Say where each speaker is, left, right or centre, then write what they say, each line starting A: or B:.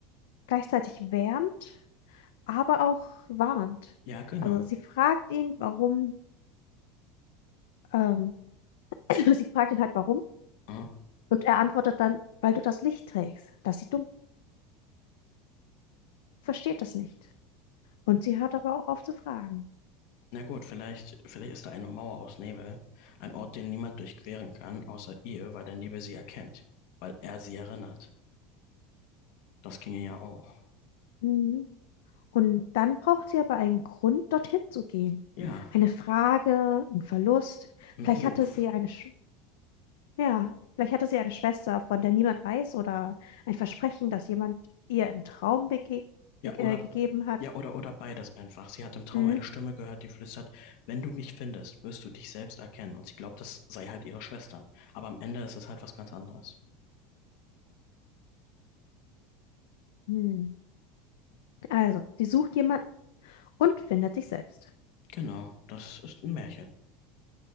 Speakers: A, on the left; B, on the left.
A: gleichzeitig wärmt, aber auch warnt.
B: Ja, genau.
A: Also sie fragt ihn, warum, ähm, <clears throat> sie fragt ihn halt, warum.
B: Mhm.
A: Und er antwortet dann, weil du das Licht trägst. Das sieht dunkel, versteht das nicht. Und sie hört aber auch auf zu fragen.
B: Na gut, vielleicht, vielleicht ist da eine Mauer aus Nebel, ein Ort, den niemand durchqueren kann, außer ihr, weil der Nebel sie erkennt, weil er sie erinnert. Das ginge ja auch.
A: Mhm. Und dann braucht sie aber einen Grund, dorthin zu gehen.
B: Ja,
A: Eine Frage, ein Verlust.
B: ein
A: Vielleicht
B: Ruf.
A: hatte sie eine, Sch ja, vielleicht hatte sie eine Schwester, von der niemand weiß, oder ein Versprechen, das jemand ihr im Traum bege
B: Ja,
A: be
B: oder,
A: äh, gegeben hat.
B: ja, oder, oder beides einfach. Sie hat im Traum
A: Mhm.
B: eine Stimme gehört, die flüstert, wenn du mich findest, wirst du dich selbst erkennen. Und sie glaubt, das sei halt ihre Schwester. Aber am Ende ist es halt was ganz anderes.
A: Hm. Also, sie sucht jemanden und findet sich selbst.
B: Genau, das ist ein Märchen.